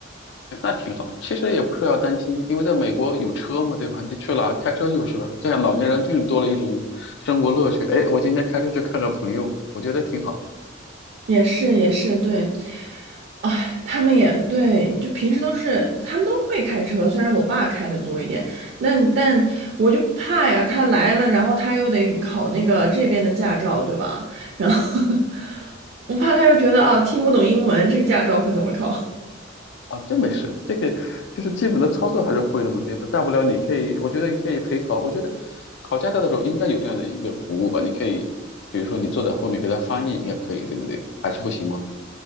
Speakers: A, on the left; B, on the right.
A: 那挺好。其实也不是要担心，因为在美国有车嘛，对吧？你去哪开车就是了，这样老年人更多了一种生活乐趣。哎，我今天开车去看个朋友，我觉得挺好。
B: 也是也是，对，啊，他们也对，就平时都是他们都会开车，虽然我爸开的多一点，那但我就怕呀，他来了，然后他又得考那个这边的驾照，对吧？然后 <laughs> 我怕他又觉得啊，听不懂英文，这个驾照可怎么考？
A: 啊，这没事，这个就是基本的操作还是会的嘛，对吧？大不了你可以，我觉得你可以陪考，我觉得考驾照的时候应该有这样的一个服务吧，你可以，比如说你坐在后面给他翻译，应该可以，对不对？还是不行吗？